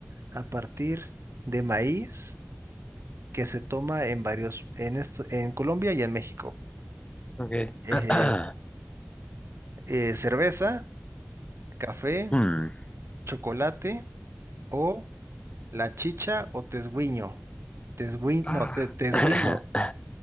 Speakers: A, on the right (about 70°); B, on the left (about 25°).
A: a partir de maíz que se toma en varios, en esto, en Colombia y en México?
B: ok.
A: Eh,
B: <clears throat>
A: eh, cerveza, café,
B: Mm.
A: chocolate o la chicha o tesguiño. Tesguiño,
B: Ah.
A: no, te- tesguino.
B: <coughs>